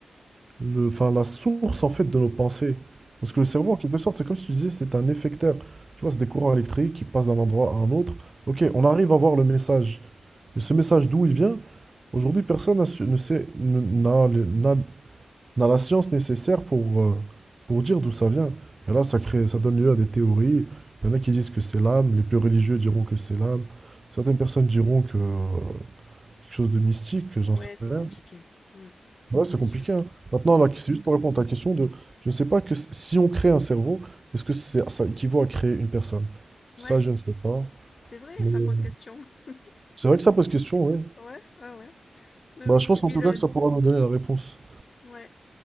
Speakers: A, on the right; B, on the left.
A: le, enfin, la source, en fait, de nos pensées. Parce
B: Mm.
A: que le cerveau, en quelque sorte, c'est comme si tu disais, c'est un effecteur. Tu vois, c'est des courants électriques qui passent d'un endroit à un autre. Ok, on arrive à voir le message. Mais ce message, d'où il vient? Aujourd'hui, personne n'a su- ne sait, ne- n'a le- n'a On a la science nécessaire pour, euh, pour dire d'où ça vient. Et là, ça crée, ça donne lieu à des théories. Il y en a qui disent que c'est l'âme, les plus religieux diront que c'est l'âme. Certaines personnes diront que euh, quelque chose de mystique, que j'en
B: Ouais,
A: sais
B: c'est
A: rien.
B: compliqué. Mm.
A: Ouais, c'est
B: C'est
A: compliqué,
B: sûr.
A: hein. Maintenant,
B: Ouais,
A: là,
B: ouais,
A: c'est
B: ouais.
A: juste pour répondre à ta question de, je ne sais pas que s- si on crée un cerveau, est-ce que c'est, ça équivaut à créer une personne?
B: Ouais,
A: Ça, je ne sais pas.
B: c'est vrai,
A: Mais
B: ça
A: euh,
B: pose question. <laughs>
A: c'est vrai que ça pose question, oui.
B: Ouais, ouais, ouais. Oui,
A: Bah,
B: oui.
A: je pense
B: Et puis,
A: en tout
B: le...
A: cas que ça pourra nous donner la réponse.
B: ouais.